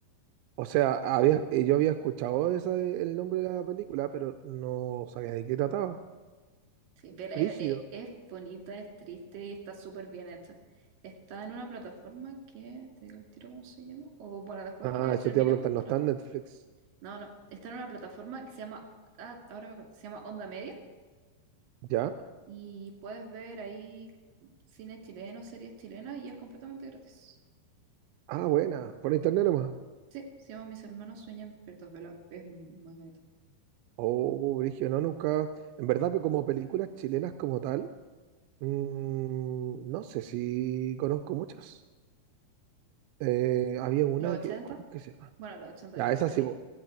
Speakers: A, on the right; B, on the right.
A: O sea, había, eh, yo había escuchado esa, de- el nombre de la película, pero no sabía de qué trataba.
B: Sí, vela,
A: Brígido.
B: e- e- es, bonita, es triste y está súper bien hecha. Está en una plataforma que, te digo el tiro cómo se llama, o bueno, después
A: Ah,
B: que
A: eso
B: terminemos
A: te iba a preguntar, no
B: te
A: está
B: la mando.
A: en Netflix.
B: No, no, está en una plataforma que se llama, ah, ahora me acuerdo, se llama Onda Media
A: ¿Ya?
B: y puedes ver ahí cine chileno, series chilenas y es completamente gratis.
A: Ah, buena. Por internet nomás.
B: Sí, se llama Mis hermanos sueñan despiertos, vela, es muy bonito.
A: Oh, brígido, no, nunca. En verdad, pues como películas chilenas como tal, mm, no sé si conozco muchas. Eh, había una
B: Los ochenta,
A: que, ¿cómo que se llama?
B: bueno, los ochenta
A: Ya,
B: es una
A: esa
B: serie.
A: sí, po.